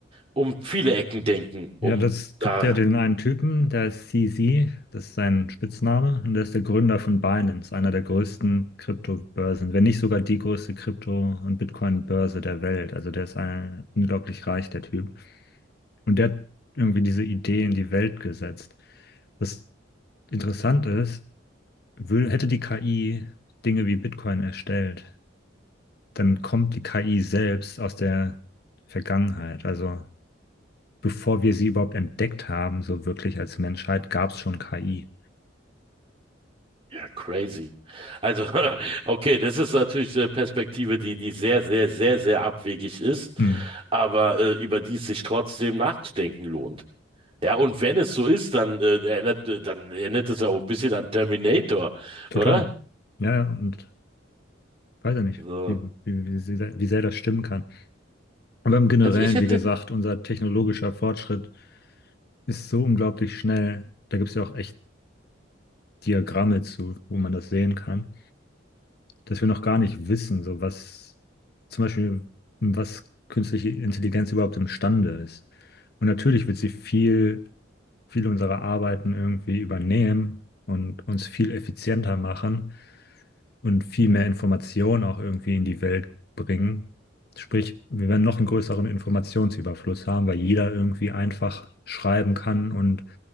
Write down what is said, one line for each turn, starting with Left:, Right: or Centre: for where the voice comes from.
Right: um viele Ecken denken, um
Left: Ja, das
Right: da
Left: gibt ja den einen Typen, der ist CZ, das ist sein Spitzname, und der ist der Gründer von Binance, einer der größten Kryptobörsen, wenn nicht sogar die größte Krypto- und Bitcoin-Börse der Welt. Also der ist ein, unglaublich reich, der Typ. Und der hat irgendwie diese Idee in die Welt gesetzt. Was interessant ist, will, hätte die KI Dinge wie Bitcoin erstellt, dann kommt die KI selbst aus der Vergangenheit. Also bevor wir sie überhaupt entdeckt haben, so wirklich als Menschheit, gab es schon KI.
Right: Ja, crazy. Also, <laughs> okay, das ist natürlich eine Perspektive, die, die sehr, sehr, sehr, sehr abwegig ist,
Left: Hm,
Right: aber äh, über die es sich trotzdem nachzudenken lohnt. Ja, und wenn es so ist, dann äh, erinnert, äh, dann erinnert es ja auch ein bisschen an Terminator,
Left: total.
Right: oder?
Left: Ja, ja, und weiß ja nicht,
Right: So.
Left: wie, wie, wie, sehr, wie sehr das stimmen kann. Aber im Generellen,
Right: Also ich hätte,
Left: wie gesagt, unser technologischer Fortschritt ist so unglaublich schnell. Da gibt es ja auch echt Diagramme zu, wo man das sehen kann, dass wir noch gar nicht wissen, so was zum Beispiel, was künstliche Intelligenz überhaupt imstande ist. Und natürlich wird sie viel, viele unserer Arbeiten irgendwie übernehmen und uns viel effizienter machen und viel mehr Information auch irgendwie in die Welt bringen. Sprich, wir werden noch einen größeren Informationsüberfluss haben, weil jeder irgendwie einfach schreiben kann und